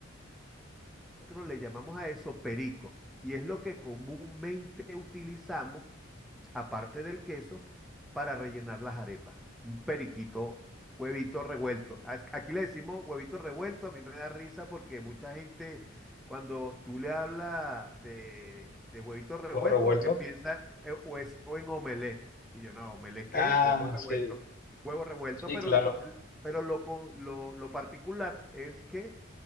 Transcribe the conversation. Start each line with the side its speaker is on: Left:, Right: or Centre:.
Centre: nosotros le llamamos a eso perico. Y es lo que comúnmente utilizamos aparte del queso, para rellenar las arepas. Un periquito, huevito revuelto. As- Aquí le decimos huevito revuelto, a mí me da risa porque mucha gente, cuando tú le hablas de, de huevito revuelto,
Left: Huevo revuelto.
Centre: lo que piensa eh, o es o en omelette. Y yo, no, ¿omelette qué?
Left: Ah,
Centre: Huevo revuelto.
Left: sí,
Centre: Huevo revuelto,
Left: sí,
Centre: pero,
Left: claro.
Centre: pero lo, con- lo, lo particular es que